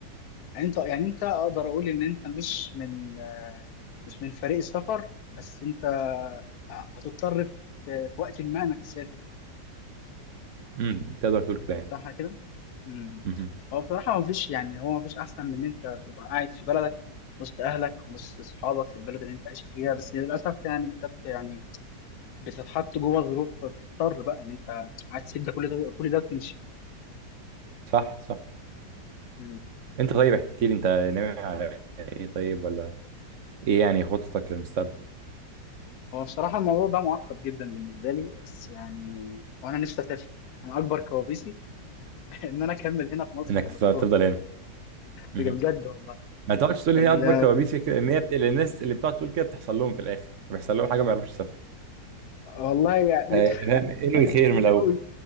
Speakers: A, on the left; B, on the right.
A: يعني انت يعني انت اقدر اقول ان انت مش من آه، مش من فريق السفر بس انت آه، هتضطر في في وقت ما انك تسافر يعني
B: امم تقدر تقول كده يعني
A: صح كده؟ امم
B: مهم.
A: هو بصراحة مفيش يعني هو مفيش أحسن من إن أنت تبقى قاعد في بلدك وسط أهلك وسط أصحابك في البلد اللي أنت عشت فيها بس للأسف يعني أنت بت- يعني بتتحط جوه ظروف بتضطر بقى إن أنت عايز تسيب ده كل ده كل ده وتمشي
B: صح صح
A: مم.
B: انت طيب احكي لي انت ناوي على ايه طيب ولا ايه يعني خططك للمستقبل
A: هو بصراحة الموضوع ده معقد جدا بالنسبة لي بس يعني وأنا نفسي أسافر أنا أكبر كوابيسي <laughs> ان انا اكمل هنا في مصر
B: انك
A: كدكتور
B: تفضل تفضل هنا
A: بجد والله
B: ما تقعدش تقول
A: ال-
B: ان هي اكبر كوابيس هي كده ان هي بت... لأن الناس اللي بتقعد تقول كده بتحصل لهم في الاخر بيحصل لهم حاجه ما يعرفوش يسافروا
A: والله يعني
B: آه، فاهم انوي خير
A: <laughs>
B: من الاول